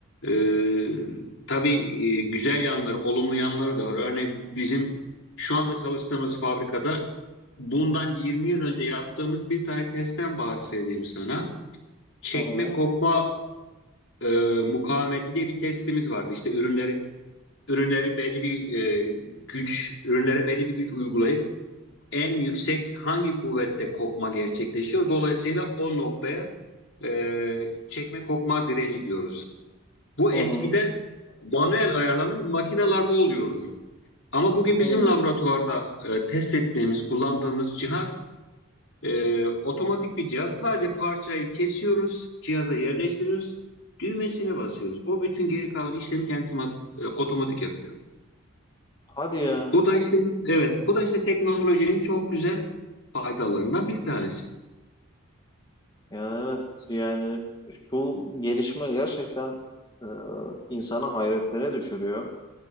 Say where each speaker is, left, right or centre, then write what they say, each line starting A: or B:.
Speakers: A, on the left (about 60°); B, on the left (about 20°).
A: Ee, tabii e, güzel yanları, olumlu yanları da var. Örneğin bizim şu anda çalıştığımız fabrikada bundan 20 yıl önce yaptığımız bir tane testten bahsedeyim sana. Çekme
B: Hı hı.
A: kopma e, mukavemeti diye bir testimiz vardı. İşte ürünleri ürünleri belli bir e, güç, ürünlere belli bir güç uygulayıp en yüksek hangi kuvvette kopma gerçekleşiyor? Dolayısıyla o noktaya e, çekme kopma direnci diyoruz. Bu eskiden
B: Hı hı.
A: manuel ayarlanan makinalarda oluyordu. Ama bugün
B: Hı.
A: bizim laboratuvarda e, test ettiğimiz, kullandığımız cihaz e, otomatik bir cihaz. Sadece parçayı kesiyoruz, cihaza yerleştiriyoruz, düğmesine basıyoruz. O bütün geri kalan işlemi kendisi e, otomatik yapıyor.
B: Hadi ya.
A: Bu da işte evet, bu da işte teknolojinin çok güzel faydalarından bir tanesi.
B: Ya evet yani şu gelişme gerçekten e, insanı hayretlere düşürüyor.